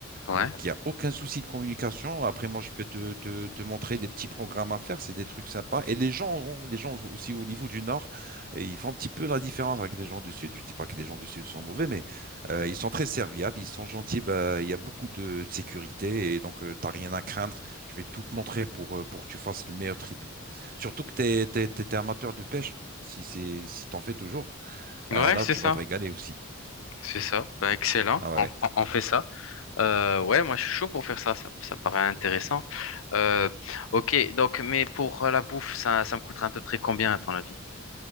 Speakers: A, on the left; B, on the right.
A: Ouais.
B: donc, il n'y a aucun souci de communication. Après, moi, je peux te, te- te montrer des petits programmes à faire. C'est des trucs sympas. Et les gens, ont- les gens aussi au niveau du Nord, et ils font un petit peu la différence avec les gens du Sud. Je dis pas que les gens du Sud sont mauvais, mais euh, ils sont très serviables, ils sont gentils. Bah, il y a beaucoup de, de sécurité et donc, tu n'as rien à craindre. Je vais tout te montrer pour, euh, pour que tu fasses le meilleur trip. Surtout que tu t'es, t'es- t'es amateur de pêche. Si c'est, si t'en fais toujours,
A: Ouais,
B: euh, là,
A: c'est
B: tu
A: ça.
B: vas te régaler aussi.
A: C'est ça. Ben, excellent.
B: Ah ouais.
A: On,
B: ouais.
A: on- on fait ça. Euh, ouais, moi, je suis chaud pour faire ça. Ça, ça paraît intéressant. Euh, ok, donc, mais pour la bouffe, ça, ça me coûterait à peu près combien, à ton avis?